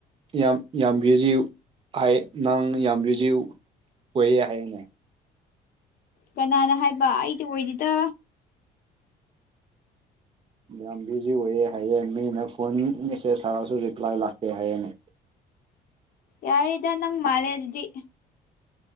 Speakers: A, on the right; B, on the left.
A: ꯌꯥꯝ ꯌꯥꯝ ꯕ꯭ꯌꯨꯖꯤ ꯍꯥꯏ ꯅꯪ ꯌꯥꯝ ꯕꯤꯖꯤꯌꯨ ꯑꯣꯏꯌꯦ ꯍꯥꯏꯌꯦꯅꯦ
B: ꯀꯅꯥꯅ ꯍꯥꯏꯕ ꯑꯩꯗꯤ ꯑꯣꯏꯗꯦꯗ
A: ꯌꯥꯝ ꯕꯤꯖꯤ ꯑꯣꯏꯌꯦ ꯍꯥꯏꯌꯦ ꯃꯤꯅ ꯐꯣꯟ ꯃꯦꯁꯦꯖ ꯊꯥꯔꯁꯨ ꯔꯤꯄ꯭ꯂꯥꯏ ꯂꯥꯛꯇꯦ ꯍꯥꯏꯌꯦꯅꯦ
B: ꯌꯥꯔꯦꯗ ꯅꯪ ꯃꯥꯂꯦ ꯑꯗꯨꯗꯤ